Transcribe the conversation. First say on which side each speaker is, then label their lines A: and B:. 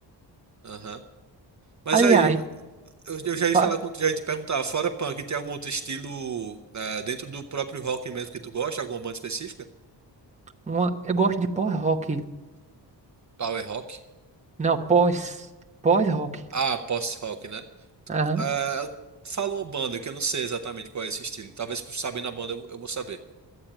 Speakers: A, on the right; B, on the right.
A: Aham. Mas
B: Aliás,
A: aí, eu, eu já ia
B: fa-
A: falar com, já ia te perguntar, fora punk, tem algum outro estilo eh, dentro do próprio rock mesmo que tu gosta? Alguma banda específica?
B: uma- eu gosto de pós-rock.
A: Power rock?
B: Não, pós. Pós-rock.
A: Ah, post-rock, né?
B: Aham.
A: Ah, fala uma banda que eu não sei exatamente qual é esse estilo. Talvez sabendo a banda eu eu vou saber.